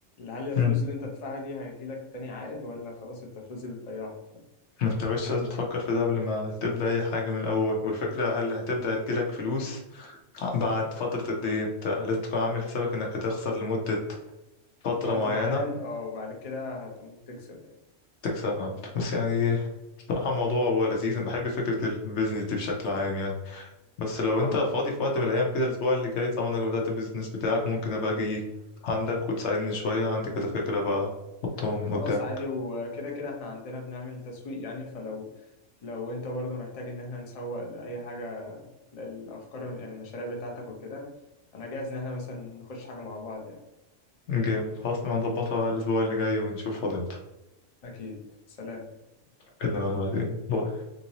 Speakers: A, on the left; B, on the left.
A: هل الفلوس
B: مم.
A: اللي أنت هتدفعها دي هيجيلك تاني عائد ولا خلاص أنت الفلوس دي بتضيعها في
B: ما انتش لازم تفكر في ده قبل ما تبدأ أي حاجة من الأول والفكرة هل هتبدأ تجيلك فلوس بعد فترة قد إيه أنت لازم تكون عامل حسابك إنك هتخسر لمدة فترة
A: وقت
B: معينة
A: معين أه وبعد كده هتقوم تكسب يعني.
B: تكسبها أنت. بس يعني بصراحة الموضوع هو لذيذ أنا بحب فكرة البيزنس دي بشكل عام يعني بس لو
A: اه
B: انت فاضي في وقت من الايام كده الاسبوع اللي جاي طالما انك بدأت البيزنس بتاعك ممكن ابقى اجي عندك وتساعدني شوية عندي كذا فكرة بقى احطهم
A: خلاص
B: قدام
A: عادي وكده كده احنا عندنا بنعمل تسويق يعني فلو لو انت برضو محتاج ان احنا نسوق لأي حاجة للأفكار يعني المشاريع بتاعتك وكده انا جاهز ان احنا مثلا نخش حاجة مع بعض يعني
B: جامد خلاص نبقى نظبطها الاسبوع اللي جاي ونشوف فاضي امتى
A: اكيد سلام
B: اكلمك بعدين باي